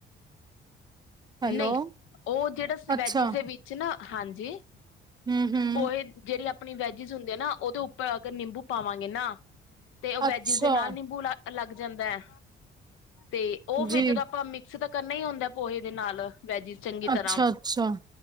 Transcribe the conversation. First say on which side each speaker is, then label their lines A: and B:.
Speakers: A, on the right; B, on the left.
A: ਹੈਲੋ
B: ਨਹੀਂ, ਉਹ ਜਿਹੜਾ
A: ਅੱਛਾ
B: ਵੈਜਿਸ ਦੇ ਵਿੱਚ ਨਾ ਹਾਂਜੀ।
A: ਹੂੰ ਹੂੰ
B: ਪੋਹੇ ਜਿਹੜੀ ਆਪਣੀ ਵੈਜਿਸ ਹੁੰਦੇ ਆ ਨਾ ਉਹਦੇ ਉੱਪਰ ਅਗਰ ਨਿੰਬੂ ਪਾਵਾਂਗੇ ਨਾ ਤੇ ਉਹ ਵੈਜਿਸ
A: ਅੱਛਾ
B: ਦੇ ਨਾਲ ਨਿੰਬੂ ਲ ਲੱਗ ਜਾਂਦਾ ਹੈ ਤੇ ਉਹ
A: ਜੀ
B: ਫਿਰ ਜਦੋਂ ਆਪਾਂ ਮਿਕਸ ਦਾ ਕਰਨਾ ਹੀ ਹੁੰਦਾ ਪੋਹੇ ਦੇ ਨਾਲ ਵੈਜਿਸ ਚੰਗੀ
A: ਅੱਛਾ
B: ਤਰ੍ਹਾਂ
A: ਅੱਛਾ